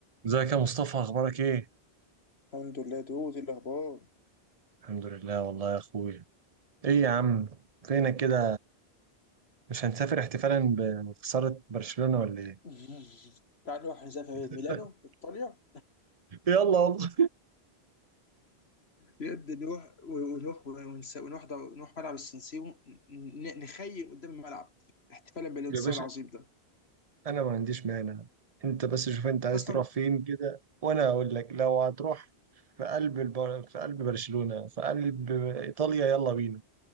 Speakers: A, on the right (about 40°); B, on the left (about 75°).
A: ازيك يا مصطفى اخبارك ايه
B: الحمد لله دو دي الاخبار
A: الحمد لله والله يا اخويا ايه يا عم فينك كده مش هنسافر احتفالا بخسارة برشلونة ولا ايه
B: <laughs> تعال نروح نسافر
A: <laughs>
B: إيه؟ ميلانو ايطاليا
A: يلا والله
B: بجد نروح و- ونروح ونس- ونروح در- نروح ملعب السنسيرو ن- نخيم قدام الملعب احتفالا بالانتصار
A: يا باشا
B: العظيم ده
A: انا ما عنديش مانع انت بس شوف انت
B: انت
A: عايز
B: اصلا
A: تروح فين كده وانا اقول لك لو هتروح في قلب البر... في قلب برشلونة في قلب ايطاليا يلا بينا